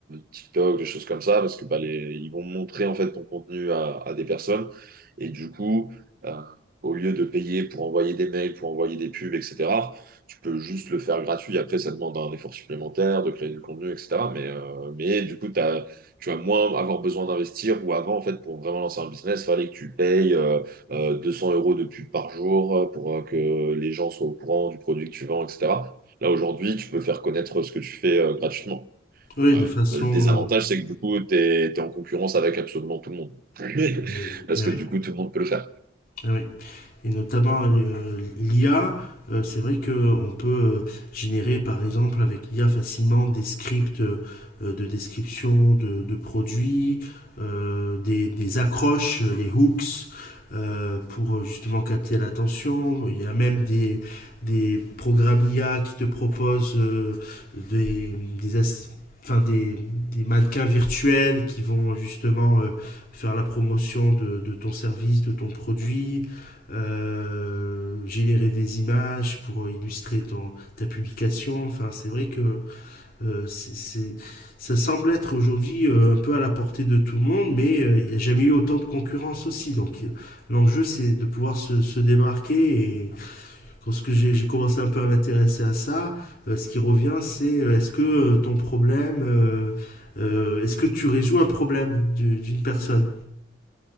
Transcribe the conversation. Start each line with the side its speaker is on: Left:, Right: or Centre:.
Right: TikTok, des choses comme ça, parce que bah, les- ils vont montrer en fait ton contenu à, à des personnes. Et du coup, euh, au lieu de payer pour envoyer des mails, pour envoyer des pubs, etc., tu peux juste le faire gratuit. Après, ça demande un effort supplémentaire de créer du contenu, etc. Mais, euh, mais du coup, t'as- tu vas moins avoir besoin d'investir. Ou avant, en fait, pour vraiment lancer un business, il fallait que tu payes euh, euh, 200 euros de pub par jour euh, pour euh, que les gens soient au courant du produit que tu vends, etc. Là, aujourd'hui, tu peux faire connaître ce que tu fais euh, gratuitement.
Left: Oui,
Right: Euh,
Left: de façon.
Right: le désavantage,
Left: euh,
Right: c'est que du coup, tu es, en concurrence avec absolument tout le monde. <laughs>
Left: eh oui,
Right: Parce
Left: eh
Right: que
Left: oui,
Right: du coup, tout le monde peut le faire.
Left: eh oui. et notamment euh, l'IA, euh, c'est vrai qu'on peut euh, générer par exemple avec l'IA facilement des scripts euh, de description de, de produits, euh, des, des accroches, euh, les hooks, euh, pour euh, justement capter l'attention. Il y a même des, des programmes IA qui te proposent euh, des, des, assi- enfin, des, des mannequins virtuels qui vont justement euh, faire la promotion de, de ton service, de ton produit euh, générer des images pour euh, illustrer ton, ta publication. Enfin, c'est vrai que euh, c'est- c'est- ça semble être aujourd'hui euh, un peu à la portée de tout le monde, mais euh, il euh, n'y a jamais eu autant de concurrence aussi. Donc, euh, l'enjeu, c'est de pouvoir se, se démarquer. Et lorsque j'ai j'ai commencé un peu à m'intéresser à ça, euh, ce qui revient, c'est euh, est-ce que euh, ton problème, euh, euh, est-ce que tu résous un problème d'une personne?